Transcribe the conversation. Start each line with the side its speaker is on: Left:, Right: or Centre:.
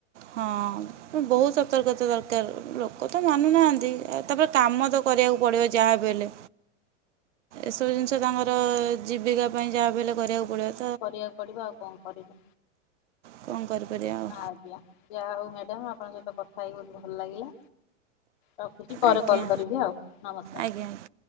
Right: ହଁ। ବହୁତ୍ ସତର୍କତା ଦରକାର ଲୋକ ତ ମାନୁନାହାନ୍ତି ଆଉ ତାପରେ କାମ ତ କରିବାକୁ ପଡିବ ଯାହାବି ହେଲେ ଏସବୁ ଜିନିଷ ତାଙ୍କର ଜୀବିକା ପାଇଁ ଯାହା ବି ହେଲେ କରିବାକୁ ପଡିବ।
Left: କରିବାକୁ ପଡିବ ଆଉ କଣ କରିବ
Right: କ'ଣ କରିପାରିବା ଆଉ
Left: ଆଜ୍ଞା। ଯାହା ହଉ ମ୍ୟାଡ଼ାମ ଆପଣଙ୍କ ସହିତ କଥା ହେଇ ବହୁତ୍ ଭଲ ଲାଗିଲା ରଖୁଛି। ପରେ
Right: ଆଜ୍ଞା
Left: କଲ୍ କରିବି ଆଉ ନମସ୍କାର।
Right: ଆଜ୍ଞା